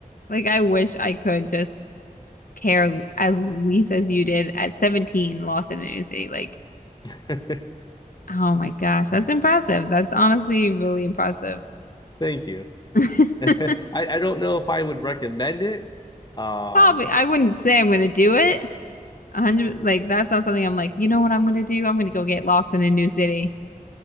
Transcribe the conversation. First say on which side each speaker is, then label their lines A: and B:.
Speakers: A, on the left (about 70°); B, on the left (about 30°).
A: Like, I wish I could just care as least as you did at 17, lost in a new city. Like,
B: <laughs>
A: oh my gosh, that's impressive. That's honestly really impressive.
B: Thank you.
A: <laughs>
B: <laughs> I, I don't know if I would recommend it. Um,
A: Probably, I wouldn't say I'm gonna do it, A hundred, like that's not something I'm like, you know what I'm gonna do? I'm gonna go get lost in a new city.